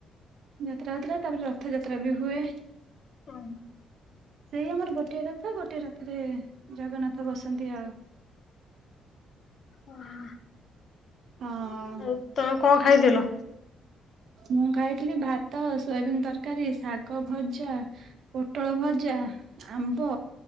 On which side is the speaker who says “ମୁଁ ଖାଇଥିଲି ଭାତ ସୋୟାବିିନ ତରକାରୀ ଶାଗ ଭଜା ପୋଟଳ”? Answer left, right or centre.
Right